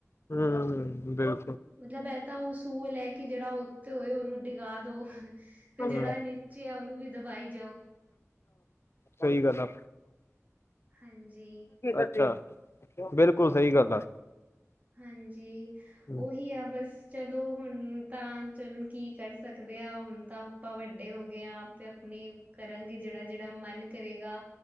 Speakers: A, on the left; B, on the right.
A: ਹੂੰ ਬਿਲ
B: ਮਤਲਬ ਇਹ ਤਾਂ ਉਸੂਲ ਏ ਕੇ ਜਿਹੜਾ ਉੱਤੇ ਹੋਏ ਉਹਨੂੰ ਡਿਗਾ ਦੋ। ਤੇ
A: ਹੂੰ
B: ਜਿਹੜਾ ਨੀਚੇ ਆ ਉਹਨੂੰ ਵੀ ਦਬਾਈ ਜਾਓ।
A: ਸਹੀ ਗੱਲ ਆ।
B: ਹਾਂਜੀ।
A: ਅੱਛਾ ਬਿਲਕੁਲ ਸਹੀ ਗੱਲ ਆ।
B: ਹਾਂਜੀ,
A: ਹੂੰ,
B: ਉਹੀ ਆ ਬਸ। ਚਲੋ ਹੁਣ ਤਾਂ ਚਲੋ ਕੀ ਕਰ ਸਕਦੇ ਆ ਹੁਣ ਤਾਂ ਆਪਾਂ ਵੱਡੇ ਹੋ ਗਏ ਆ ਆਪੇ ਆਪਣੀ ਕਰਾਂਗੇ ਜਿਹੜਾ-ਜਿਹੜਾ ਮਨ ਕਰੇਗਾ।